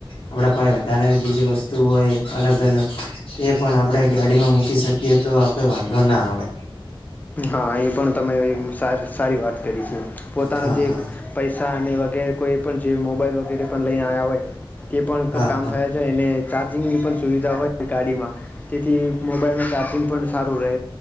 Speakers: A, on the left (about 80°); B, on the left (about 20°).
A: આપણા પાસે વધારાની બીજી વસ્તુ હોય, અલગ અલગ તે પણ આપણે ગાડીમાં મૂકી શકીએ તો આપડે વાંધો ના આવે.
B: હા એ પણ તમે સારી સારી વાત કરી છે. પોતાના
A: હા
B: જે
A: હા
B: પૈસા અને વગેરે કોઈ પણ જે મોબાઈલ વગેરે પણ લઈને આવ્યા હોય તે પણ
A: હા
B: કામ
A: હા
B: થયા છે એને ચાર્જિંગની પણ સુવિધા હોય ગાડીમાં તેથી મોબાઈલનું ચાર્જિંગ પણ સારું રહે